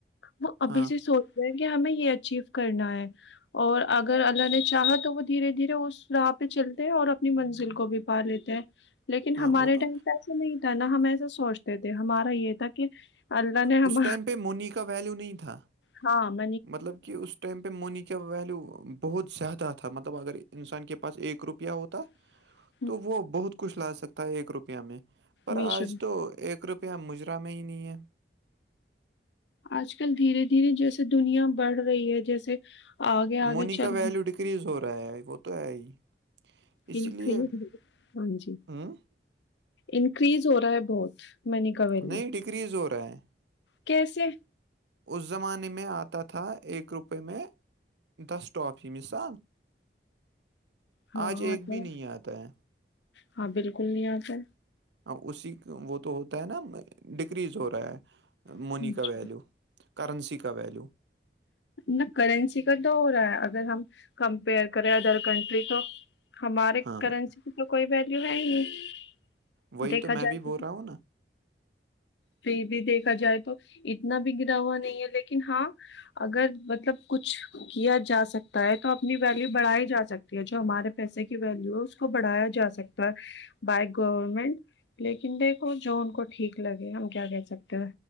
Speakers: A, on the left; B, on the right.
A: وہ ابھی
B: ہاں
A: سے سوچ کہ ہمیں یہ اچیو کرنا ہے اور اگر اللہ نے چاہا تو وہ دھیرے دھیرے اس راہ پہ چلتے ہیں اور اپنی منزل کو بھی پا لیتے ہیں لیکن ہمارے
B: ہاں وہ تو
A: ٹائم پ ایسا نہیں تھا نہا ہم ایسا سوچتے تھے ہمارا یہ تھا کہ اللہ نے ہم
B: اس ٹائم پہ مونی کا ویلو نہیں تھا
A: ہاں م
B: مطلب کہ اس ٹائم پہ منی کا ویلیو بہت زیادہ تھا مطلب اگر انسان کے پاس ایک روپیہ ہوتا
A: <inaudible>
B: تو وہ بہت کچھ لا سکتا ہے ایک روپیہ میں پر
A: بیشک
B: آج تو ایک روپیہ مجرا میں ہی نہیں ہے
A: آج کل دھیرے دھیرے جیسے دنیا بڑھ رہی ہے جیسے آگے آگے
B: مونی
A: چل
B: کا ویلو ڈکریز ہو رہا ہے وہ تو ہے ہی اسی
A: انکریز
B: لیے
A: ہاں جی
B: ہوں
A: انکریز ہو رہا ہے بہت منی کا ویلیو
B: نہیں ڈگریز ہو رہا ہے
A: کیسے
B: اس زمانے میں آتا تھا ایک روپے میں دسٹاپ ہی مثال
A: ہاں
B: آج ایک
A: آتے
B: بھی نہیں آتا ہے
A: ہاں بالکل نہیں آتا
B: ا اسی وہ تو ہوتا ہے نا ڈکریز ہو رہا ہے
A: ہے
B: مونی
A: اچھا
B: کا ویلو کرنسی کا ویلو
A: نہ کرنسی کا تو ہو رہا ہے اگر ہم کمپیئر کریں ادر کنٹری تو ہمارے
B: ہاں
A: کرنسی کی تو کوئی ویلیو ہے ہی نہیں
B: وہی
A: دیکھا
B: میں
A: جائے
B: بھی بول
A: تو
B: رہا ہوں نا
A: پھر بھی دیکھا جائے تو تو اتنا بھی گرا ہوا نہیں ہے لیکن ہاں اگر مطلب کچھ کیا جا سکتا ہے تو اپنی ویلو بڑھائی جا سکتی ہے جو ہمارے پیسے کی ویلو ہے اس کو بڑھایا جا سکتا ہے بائی گورنمنٹ لیکن دیکھو جو ان کو ٹھیک لگے ہم کیا کہ سکتے ہو